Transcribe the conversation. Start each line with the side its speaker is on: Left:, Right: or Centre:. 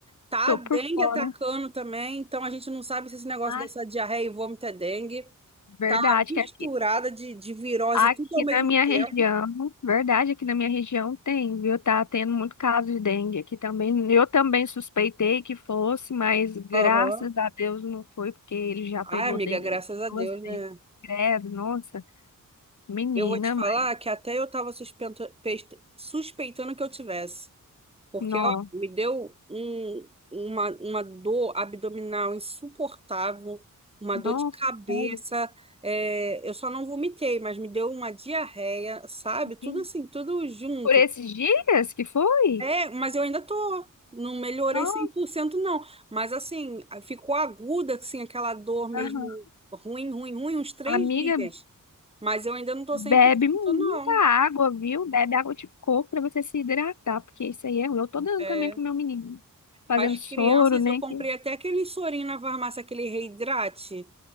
Right: tá
Left: Tô
Right: a dengue
Left: por fora.
Right: atacando também, então a gente não sabe se esse negócio
Left: Ah,
Right: dessa diarreia e vômito é dengue,
Left: verdade
Right: tá uma misturada
Left: que aqui,
Right: de, de virose
Left: aqui
Right: tudo ao mesmo
Left: na minha
Right: tempo.
Left: região, verdade, aqui na minha região tem, viu? Tá tendo muito caso de dengue aqui também. Eu também suspeitei que fosse, mas graças
Right: Aham.
Left: a Deus não foi, porque ele já
Right: Ai,
Left: pegou
Right: amiga,
Left: dengue
Right: graças a
Left: duas
Right: Deus, né?
Left: vezes. Credo, nossa, menina,
Right: Eu vou te falar
Left: mas
Right: que até eu tava suspento- pes- suspeitando que eu tivesse. Porque,
Left: não,
Right: ó, me deu um, uma, uma dor abdominal insuportável, uma
Left: nossa,
Right: dor de cabeça.
Left: sério.
Right: é, eu só não vomitei, mas me deu uma diarreia, sabe? Tudo
Left: que-
Right: assim, tudo junto.
Left: Por esses dias que foi?
Right: É, mas eu ainda tô. Não melhorei
Left: Nossa,
Right: cem por cento não. Mas, assim, ficou aguda, assim, aquela dor mesmo
Left: aham.
Right: ruim, ruim, ruim, uns três
Left: Amiga.
Right: dias. Mas eu ainda não tô
Left: Bebe
Right: cem por cento
Left: muita
Right: não.
Left: água, viu? Bebe água de coco para você se hidratar, porque isso aí é ruim. Eu tô dando
Right: É.
Left: também pro meu menino. Fazendo
Right: As crianças,
Left: soro, né?
Right: eu comprei
Left: que-
Right: até aquele sorinho na farmácia, aquele reidrate.